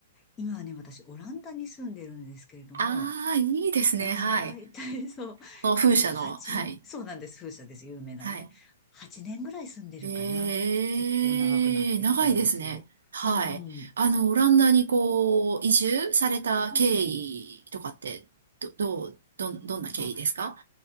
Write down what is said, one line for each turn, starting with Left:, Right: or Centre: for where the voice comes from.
Left: 今はね、私、オランダに住んでるんですけれども、
Right: ああー、いいですね。
Left: だいたいそう、
Right: はい。この風車の、
Left: あえっと、8、
Right: はい。
Left: そうなんです、風車です、有名なね。
Right: はい。
Left: 8年ぐらい住んでるかな。
Right: ええ、
Left: 結構長くなってきたんですよ。
Right: 長いですね。はい。
Left: うん。
Right: あの、オランダにこう、移住された経緯とかって、
Left: うん。
Right: ど、どう、どん、どんな経緯ですか
Left: あ、